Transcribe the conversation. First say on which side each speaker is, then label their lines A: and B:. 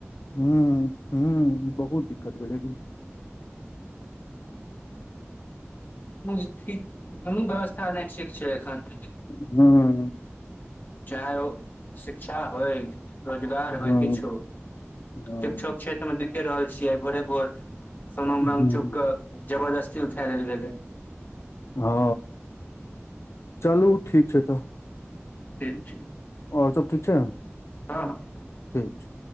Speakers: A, on the left; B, on the left.
A: हँ। हू बहुत दिक्कत भेलै अभी
B: घ <unintelligible> व्यवस्था नहि ठीक छै एखन
A: हूँ हूँँ।
B: चाहे ओ शिक्षा होइ रोजगार
A: हूँ
B: होइ किछो होइ
A: हूँ
B: <unintelligible> क्षेत्र मे देखे रहल छियै भोरे भोर सोना
A: हूँ
B: चुप क जबरदस्ती उठा लेल गेलै।
A: हँ चलू ठीक छै तऽ।
B: ठीक छै।
A: आओर सब ठीक छै।
B: हँ।
A: ठीक छै।